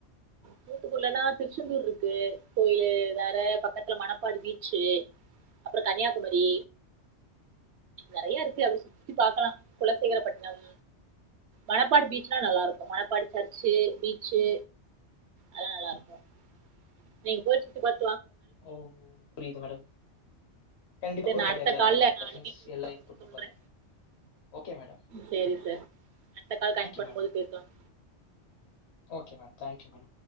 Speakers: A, on the right (about 70°); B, on the left (about 65°).
A: தூத்துக்குள்ளன்னா திருச்செந்தூர் இருக்கு கோயிலு வேற பக்கத்துல மணப்பாடி பீச்சு அப்றம் கன்னியாகுமரி நறைய இருக்கு அப்படி சுத்தி சுத்தி பாக்கலாம் குலசேகரப்பட்டினம் மணப்பாடு பீச்லாம் நல்லா இருக்கும் மணப்பாடு சர்ச்சு பீச்சு அதல்லாம் நல்லா இருக்கும் நீங்க போய் சுத்தி பாத்து
B: ஓ புரியிது மேடம் கண்டிப்பா
A: சேரி
B: ஒரு
A: நா
B: நாள்
A: அடுத்த
B: எல்லாரும்
A: கால்ல
B: நான்
A: நா
B: ப்ரண்ஸ்
A: உங்களுக்கு
B: எல்லையும் கூட்டு
A: சொல்றே
B: போறேன் ஓகே மேடம்.
A: சேரி சார் அடுத்த கால் கனக்ட்
B: தேங்க் யூ
A: பண்ணும்
B: மேடம்.
A: போது பேசலாம்
B: ஓகே மேடம் தேங்க்யூ மேடம்